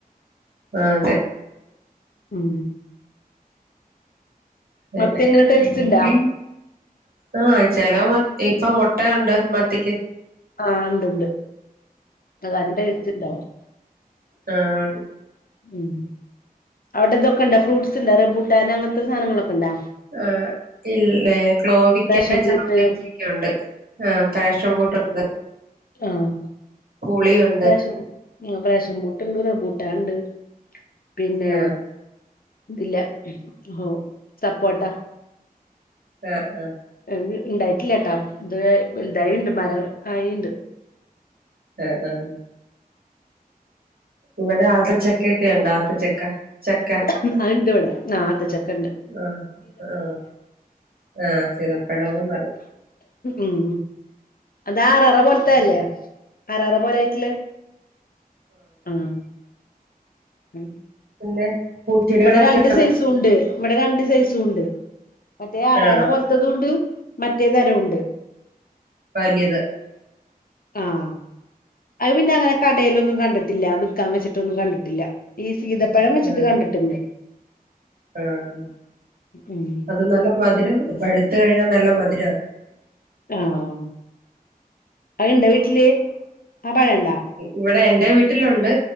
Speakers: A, on the right; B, on the left.
A: ആഹ് അതെ
B: ഉം
A: അതന്നെ
B: മത്തി എങ്ങനെ ടേസ്റ്റ്
A: <unintelligible>
B: ഇണ്ടാ
A: ആഹ് ചെല മത് ഇപ്പൊ മൊട്ടയൊണ്ട് മത്തിക്ക്
B: ആ ഇണ്ട് ഇണ്ട് <unintelligible>
A: അഹ് ആൺ
B: ഉം അവിടിതൊക്കെണ്ടൊ ഫ്രൂട്ട്സ്ണ്ടൊ റെംബൂട്ടാന് അങ്ങനത്തെ സാനങ്ങളൊക്കെണ്ടോ?
A: ആഹ് ഇല്ലേ ക്ലോവിക്ക
B: പാഷൻ ബൂട്ട്
A: ചാമ്പയ്ക്കൊക്കെയുണ്ട് ആഹ് പാഷൻ ഫ്രൂട്ടുണ്ട്
B: ആഹ്
A: പുളിയുണ്ട്
B: <unintelligible> ആ പ്രേഷൻഫ്രൂട്ട്ണ്ട് റംബൂട്ടാണ്ട് പിന്നെ
A: ആഹ്
B: ഇല്ല ഹൊ സപ്പോട്ട
A: ആഹ് ആഹ്
B: ഇത് ഇണ്ടായിട്ടില്ലാട്ടോ ഇത് വല്തായിണ്ട് മരം ആയിണ്ട്
A: ആഹ് ആഹ് ഇവിടെ ആത്തച്ചക്കയൊക്കെയുണ്ട് ആത്തച്ചക്ക ചക്ക
B: ഉം അത്ണ്ട്വ്ടെ ആഹ് ആത്തച്ചക്കണ്ട്
A: ആഹ് ആഹ് ആഹ് സീതപ്പഴോന്നും പറിം
B: ഉം അതാറാറ പോലത്തെല്ലേ അരാറ പെരേക്ക് ഇല്ലെഹ് ആഹ് ഉം
A: പിന്നെ പൂച്ചെടികളൊക്കെ
B: ഇവിടെ രണ്ട് സൈസും ഉണ്ട് ഇവിടെ രണ്ട് സൈസുണ്ട് മറ്റേ അറാറ
A: ആണോ
B: പോല് ത്തേതുണ്ട് മറ്റേ തരോം ഉണ്ട്
A: വലിയത്
B: ആഹ് അത് പിന്നെ അങ്ങനെ കടേലൊന്നും കണ്ട്ട്ട്ല്ല വിക്കാൻ വെച്ചിട്ടൊന്നും കണ്ട്ട്ട്ല്ല ഈ സീതപ്പഴം വെച്ചിട്ട്
A: ആഹ്
B: കണ്ടിട്ട്ണ്ട്
A: ആഹ്
B: ഉം
A: അത് നല്ല മധുരം പഴുത്ത് കഴിഞ്ഞാ നല്ല മധുരാ
B: ആഹ് അയിണ്ടൊ വീട്ടില് ആ പഴണ്ടാ
A: ഇവടെ എന്റെ വീട്ടിലുണ്ട്